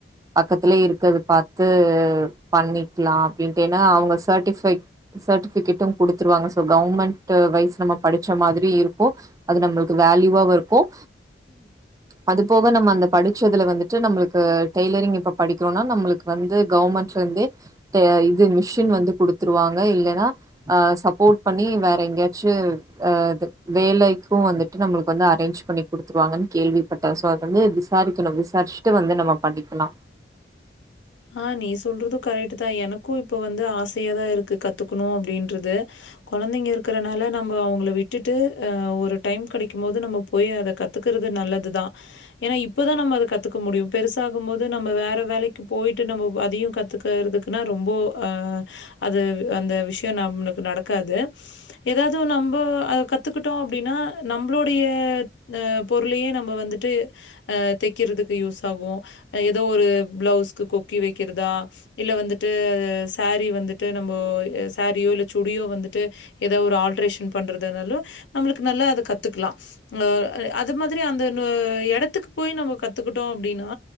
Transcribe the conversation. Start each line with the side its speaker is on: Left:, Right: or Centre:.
Right: பக்கத்துல இருக்கறத பாத்து பண்ணிக்லா அப்டின்ட்டு ஏன்னா அவங்க சர்டிஃபைடு சர்டிஃபிகேட்டும் குடுத்துருவாங்க சோ கவர்மெண்ட்டு வைஸ் நம்ம படிச்ச மாதிரி இருக்கும் அது நம்ளுக்கு வேல்யூவாவு இருக்கும் அது போக நம்ம அந்த படிச்சதுல வந்துட்டு நம்மளுக் க்க டைலரிங் இப்ப படிக்குறோனா நம்முளுக்கு வந்து கவர்மென்ட்லிருந்தே ஆ இது மிசின் வந்து குடுத்துருவாங்க இல்லனா ஆ சப்போட் பண்ணி வேற எங்கயாச்சு ஆ இது வேலைக்கோ வந்துட்டு நம்முளுக்கு அரேஞ்ச் பண்ணி குடுத்துடுவாங்கனு கேள்விப்பட்டே சோ அது வந்து விசாரிக்கணு விசாரிச்சிட்டு வந்து ந நம்ம பண்ணிக்கலா
Left: ஆ நீ சொல்றது கரெக்ட்தா எனக்கு இப்ப வந்து ஆசையாதா இருக்கு கத்துக்கணு அப்டின்றது கொழந்தைங்க இருக்கறனால நம்ம அவங்கள விட்டுட்டு ஆ ஒரு டைம் கெடைக்கும்போது நம்ம போய் அத கத்துக்கிறது நல்லதுதா ஏன்னா இப்பதா நம்ம அத கத்துக்க முடியும் பெருசாகும் போது நம்ம வேற வேலைக் போயிட்டு நம்ம அதையு கத்துக்கிறதுக்குன்னா ரொம்போ அ அது அந்த விஷயோ நம்ளுக்கு நடக்காது ஏதாவது நம்போ அத கத்துக்கிட்டோ அப்டின்னா நம்பளுடைய ஆ பொருளையே நம்ப வந்துட்டு அ தெக்கிறதுக்கு யூஸ் ஆகும் ஏதோ ஒரு பிளவுஸ் க்கு கொக்கி வைக்கிறதா இல்ல வந்துட்டு சாரி வந்துட்டு நம்மோ அ சாரியோ இல்ல சுடியோ வந்துட்டு ஏதோ ஒரு ஆல்ட்ரேஷன் பண்றதா இருந்தாலு நம்மளுக்கு நல்லா அத கத்துக்கலா ஆ அ அது மாதிரி அந்த இன்ன எடத்துக்கு போய் நம்மோ கத்துக்கிட்டோ அப்டின்னா